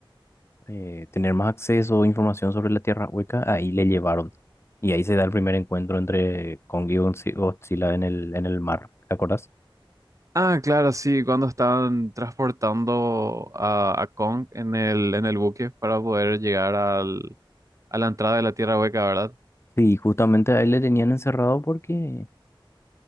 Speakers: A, on the left; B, on the right.
A: eh, tener más acceso a información sobre la Tierra Hueca, ahí le llevaron. Y ahí se da el primer encuentro entre Kong y Godzilla en el, en el mar, ¿te acuerdas?
B: Ah, claro, sí, cuando estaban transportando a, a Kong en el, en el buque para poder llegar al, a la entrada de la Tierra Hueca, ¿verdad?
A: Sí, justamente a él le tenían encerrado porque